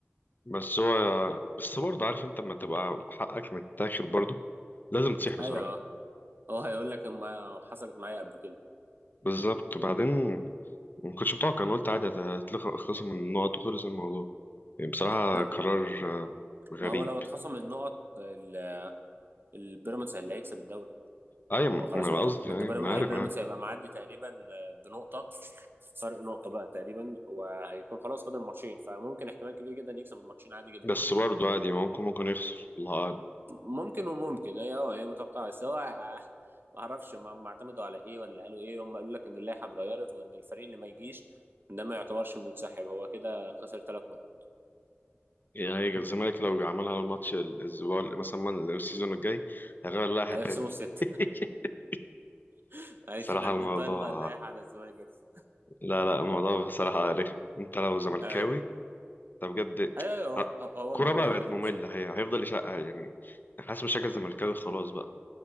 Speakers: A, on the left; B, on the right.
A: بس هو بس برضه عارف انت لما تبقى حقك متاخد برضه لازم تصيح بصراحة
B: ايوه أه، هو هيقول لك ما حصلت معايا قبل كده
A: بالظبط بعدين ما كنتش متوقع انا قلت عادي هتتلخ- هتخلص من النقط وخلص الموضوع يعني بصراحة
B: لا
A: قرار آه، غريب
B: ما هو لو اتخصم النقط ال- البيراميدز اللي هيكسب الدوري
A: ايوه
B: هو خلاص
A: انا
B: ما انت
A: قصدي
B: ما
A: يعني
B: انت بيراميدز
A: ما
B: هي-
A: عارف
B: بيراميدز
A: انا
B: هيبقى معدي تقريبا آه، بنقطه فرق نقطه بقى تقريبا وهيكون خلاص فاضل ماتشين فممكن احتمال كبير جدا يكسب الماتشين عادي جدا
A: بس برضه عادي ممكن ممكن يخسر الله اعلم
B: ممكن وممكن هي اه هي متوقعه بس هو <laughs> آه، ما اعرفش ما ما اعتمدوا على ايه ولا قالوا ايه هم قالوا لك ان اللائحه اتغيرت وان الفريق اللي ما يجيش ده ما يعتبرش منسحب هو كده خسر ثلاث نقط
A: يعني هيجي الزمالك لو عملها على الماتش الاسبوع اللي- مثلا من- السيزون الجاي هيغير اللائحة
B: هيخصموا
A: تاني
B: الست
A: <laughs>
B: <laughs> معلش
A: صراحة
B: احنا بنطيب
A: الموضوع
B: بقى اللائحه على الزمالك بس
A: لا لا الموضوع بصراحة رخم انت لو زملكاوي
B: ايوه
A: ده بجد
B: ايوه أيوة،
A: ه-
B: هو هو
A: الكورة
B: الموضوع
A: بقى بقت
B: رخم
A: مملة
B: الصراحة.
A: هي هيفضل يشقها يعني حاسس بشكل زملكاوي خلاص بقى